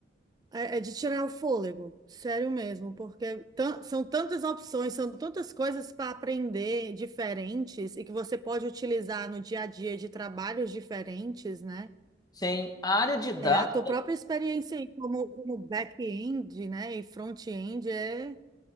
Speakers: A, on the right (about 20°); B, on the left (about 20°).
A: É, é de tirar o fôlego, sério mesmo, porque tan- são tantas opções, são tantas coisas para aprender diferentes e que você pode utilizar no dia a dia de trabalhos diferentes, né?
B: sim. A área de dados.
A: É, a tua própria experiência aí como, como back-end, né, e front-end é,